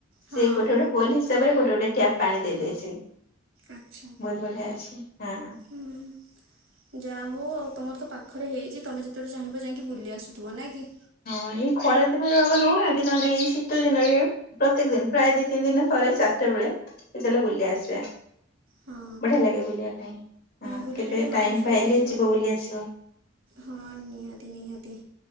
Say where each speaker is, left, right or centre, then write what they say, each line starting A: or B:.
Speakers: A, on the left; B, on the right.
A: ସେଇ
B: ହଁ
A: ଗୋଟେ ଗୋଟେ ପୋଲ୍ ହିସାବରେ ଗୋଟେ ଗୋଟେ ଟ୍ୟାପ୍ ପାଣି ଦେଦେଇଥିବେ।
B: ଆଚ୍ଛା।
A: ବହୁତ୍ ବଢିଆ ଅଛି। ହଁ।
B: ହୁଁ ଯାହା ହୋଉ ଆଉ ତମର ତ ପାଖରେ ହେଇଚି ତମେ ଯେ ଯେତେବେଳେ ଚାହିଁବଯାଇକି ବୁଲି ଆସୁଥିବ। ନାଇଁ କି?
A: ହଁ ଏଇ ଖରା ଦିନରେ ବାବା ନୋଉନାହାନ୍ତି। ନହେଲେ ଏଇ ଶୀତ ଦିନରେ ପ୍ରତ୍ୟେକ ଦିନ୍ ପ୍ରାୟ ଦି ତିନି ଦିନିରେ ଥରେ ଚାରିଟା ବେଳେ ଏ ଚାଲ ବୁଲି ଆସିବା।
B: ହଁ
A: ବଢିଆ ଲାଗେ ବୁଲିବା ପାଇଁ। ହଁ
B: ବୁଲିଲେ
A: କେବେ
B: ଟିକେ ମାଇଣ୍ଡ
A: ଟାଇମ୍
B: ଫ୍ରେଶ
A: ପାଇଲେ
B: ହେଇଯିବ
A: ଯିବ ବୁଲି ଆସିବ।
B: ହଁ ନିହାତି ନିହାତି।